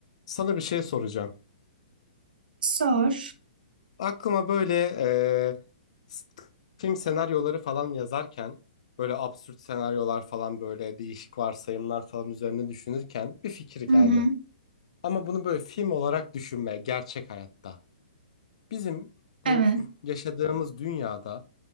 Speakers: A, on the left (about 40°); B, on the right (about 70°).
A: Sana bir şey soracağım.
B: Sor.
A: Aklıma böyle e, s- film senaryoları falan yazarken böyle absürt senaryolar falan böyle değişik varsayımlar falan üzerine düşünürken bir fikir geldi.
B: Hı hı.
A: Ama bunu böyle film olarak düşünme gerçek hayatta. Bizim
B: Evet.
A: bu yaşadığımız dünyada